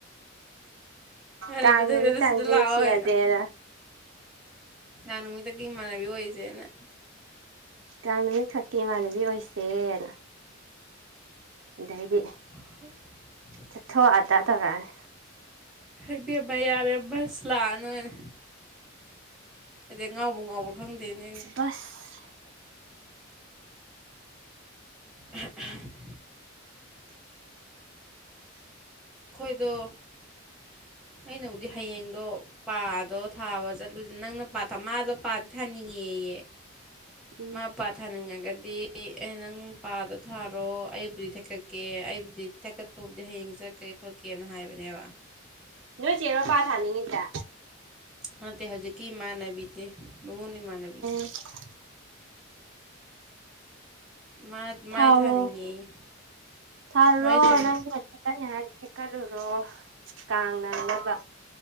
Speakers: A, in the centre; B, on the right.
A: ꯌꯥꯅꯤ
B: ꯀꯥꯡ
A: ꯑꯗꯨꯗ
B: ꯅꯨꯃꯤꯠꯇꯪꯒꯤ
A: ꯁꯤꯗ ꯂꯥꯛꯑꯣꯏ
B: ꯅꯨꯡꯁꯤꯅꯖꯦꯅ
A: ꯀꯥꯡ ꯅꯨꯃꯤꯠꯇ ꯒꯤ ꯃꯥꯟꯕꯤ ꯑꯣꯏꯁꯦꯅ
B: ꯀꯥꯡꯡ ꯅꯨꯃꯤꯠ ꯈꯛꯀꯤ ꯏꯃꯥꯟꯅꯕꯤ ꯑꯣꯏꯁꯦꯅ ꯑꯗꯩꯗꯤ
A: <inaudible>
B: ꯆꯊꯣꯛ ꯑꯗ ꯇꯧꯔꯛꯑꯅꯤ
A: ꯍꯥꯏꯕꯦꯝꯃ ꯌꯥꯔꯦ ꯕꯁ ꯂꯥꯛꯑꯅꯣꯏꯅꯦ ꯑꯗꯩ ꯉꯥꯎꯕꯨ ꯉꯥꯎꯕ꯭ꯔꯥ ꯈꯪꯗꯦꯅꯦꯅ꯫
B: ꯑꯁ
A: ꯎꯝ ꯎꯝ ꯑꯩꯈꯣꯏꯗꯣ ꯑꯩꯅꯕꯨꯗꯤ ꯍꯌꯦꯡꯗꯣ ꯄꯥꯗꯣ ꯊꯥꯕ ꯆꯠꯂꯨꯁꯤ ꯅꯪꯅ ꯄꯥ ꯊꯥ ꯃꯥꯗꯣ ꯄꯥꯗꯤ ꯊꯥꯅꯤꯡꯉꯦꯌꯦ
B: ꯎꯝ
A: ꯃꯥ ꯄꯥ ꯊꯥꯅꯤꯡꯉꯒꯗꯤ ꯑꯩꯅ ꯅꯪ ꯄꯥꯗꯣ ꯊꯥꯔꯣ ꯑꯩꯕꯨꯗꯤ ꯊꯦꯛꯀꯠꯀꯦ ꯑꯩꯕꯨꯗꯤ ꯊꯦꯀꯠꯄꯕꯨꯗꯤ ꯍꯌꯦꯡ ꯆꯠꯀꯔꯦ ꯈꯣꯠꯀꯦꯅ ꯍꯥꯏꯕꯅꯦꯕ
B: ꯅꯣꯏ ꯆꯦꯔꯣ ꯄꯥ ꯊꯥꯅꯤꯡꯉꯤꯖꯦ
A: ꯅꯠꯇꯦ ꯍꯧꯖꯤꯛꯀꯤ ꯏꯃꯥꯟꯅꯕꯤꯖꯦ ꯕꯃꯣꯟ ꯏꯃꯥꯟꯅꯕꯖꯦ
B: <inaudible>
A: ꯃꯥ
B: ꯊꯥꯔꯣ
A: ꯃꯥꯏ ꯊꯥꯅꯤꯡꯉꯦꯌꯦ
B: ꯊꯥꯔꯨꯔꯣ
A: ꯃꯥꯏ ꯆꯨꯝ
B: ꯅꯪ ꯀꯟꯅ ꯍꯥꯏꯗꯤ ꯊꯦꯛꯀꯠꯂꯨꯔꯣ ꯀꯥꯡ ꯅꯪꯅꯕ